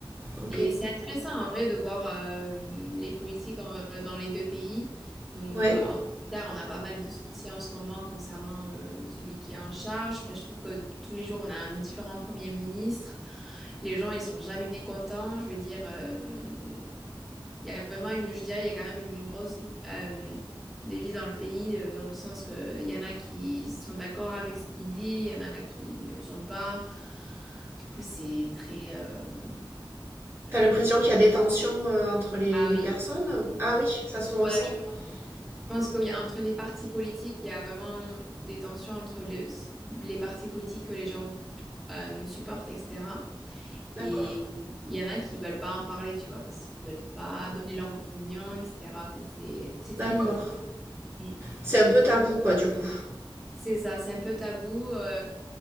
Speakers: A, on the right; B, in the centre.
A: ok.
B: Et c'est intéressant, en vrai, de voir euh, les politiques en- dans les deux pays. Donc,
A: Ouais.
B: euh, en Angleterre, on a pas mal de soucis en ce moment concernant euh, celui qui est en charge. Enfin, je trouve que tous les jours, on a un différent premier ministre. Les gens, ils sont jamais contents. Je veux dire, euh, il y a vraiment une, je dirais, il y a quand même une grosse euh, devise dans le pays, euh, dans le sens que il y en a qui sont d'accord avec ce qu'il dit, il y en a qui ne le sont pas. Du coup, c'est très... euh, ouais.
A: T'as l'impression qu'il y a des tensions euh, entre les,
B: Ah
A: les
B: oui.
A: personnes ou- Ah oui, ça se
B: Ouais,
A: ressent.
B: je pense je pense
A: Mm.
B: que oui, entre les partis politiques, il y a vraiment des tensions entre les, les partis politiques que les gens euh, supportent, etc.
A: D'accord.
B: Et il y en a qui veulent pas en parler, tu vois, parce qu'ils veulent pas donner leur opinion, etc. Enfin, c'est c'est
A: D'accord.
B: très difficile. Mm.
A: C'est un peu tabou, quoi, du coup.
B: C'est ça, c'est un peu tabou, euh,